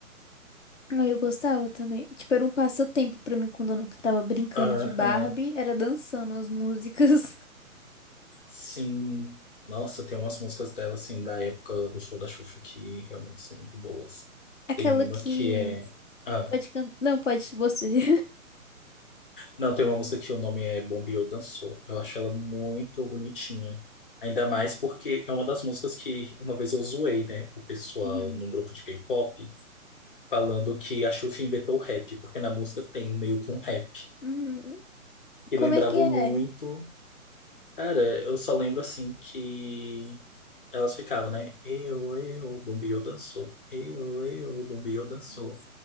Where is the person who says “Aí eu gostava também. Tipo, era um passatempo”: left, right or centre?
Left